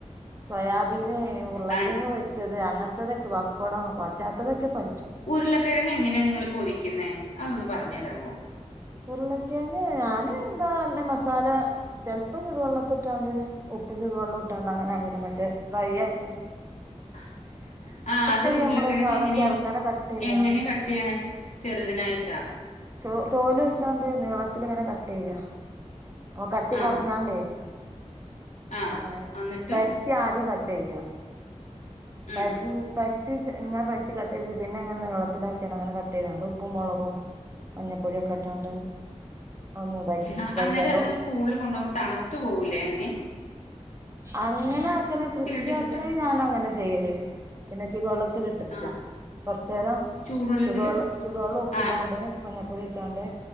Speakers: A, on the right; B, on the left.
A: സോയാബീന് ഉള്ളങ്കിയങ്
B: ആ
A: വെച്ചത് അങ്ങനത്തതൊക്കെ പപ്പടം പറ്റാത്തതൊക്കെ പ
B: ഉരുളക്കിഴങ്ങ് എങ്ങനെയാ നിങ്ങള് പൊരിക്കുന്നെ? അതൊന്നന്ന് പറഞ്ഞ് തരാമോ
A: ഉരുളകിഴങ്ങ് ഞാന് ന്താ ന്ന മസാല ചിലപ്പ ചൂടുവെള്ളത്തി ഇട്ടാണ്ട് ഉപ്പും ചുടുവെള്ളം ഇട്ടാണ്ട് അങ്ങനെ ആയിട്ട മറ്റേ ഫ്രൈ ആക്ക
B: അങ്ങനെയാ ആഹ് അത്
A: ചെയ്യ
B: ഉരുളക്കിഴങ്ങ്
A: നമ്മള് സാധാ
B: എങ്ങനെയാ,
A: ചെറുങ്ങനെ കട്ട് ചെയ്യ
B: എങ്ങനെയാ കട്ട് ചെയ്യണേ ചെറുതിനായിട്ട?
A: തോ തോല് വെച്ചാണ്ട് നീളത്തില് ഇങ്ങനെ കട്ട് ചെയ്യാ ഓ കട്ടി
B: ആ
A: കുറഞ്ഞാണ്ടേ
B: ആ
A: എഹ്
B: എന്നിട്ട്
A: പരു ആദ്യം കട്ട് ചെയ്യ,
B: ഉം
A: <unintelligible> പരുത്തിങ്ങനെ പരുത്തി കട്ട് ചെയ്ത് പിന്നെ ഇ ങ്ങനെ നീളത്തിലാക്കിട്ട് അങ്ങെ കട്ട ചെയ്തണ്ട് ഉപ്പും മുളകും മഞ്ഞപ്പൊടിയൊക്കെ ഇട്ടാണ്ട് ഒന്ന് ഇതാക്കി
B: ആ
A: ഇതാക്കാണ്ട്
B: അന്നേരം അത് സ്കൂളിൽ കൊണ്ടു പോകുമ്പോ തണുത്തു പോകൂലേ ന്നെ
A: അങ്ങനെ ആക്കണേ, ക്രിസ്പി
B: ആയിട്ട്
A: ആക്കണേ
B: കിട്ടാൻ
A: ഞാന അങ്ങന ചെയ്യല് പിന്നെ ചുടുവെള്ളത്തിലിട്ട് വെക്ക
B: ആ
A: കുറച്ച നേരം
B: ചൂടുവെള്ളത്തില്
A: ചൂടുവെള്ളം, ചൂടുവെള്ളം ഉപ്പ്
B: ആ
A: ഇട്ടാണ്ട് മഞ്ഞപ്പൊടി ഇട്ടാണ്ട്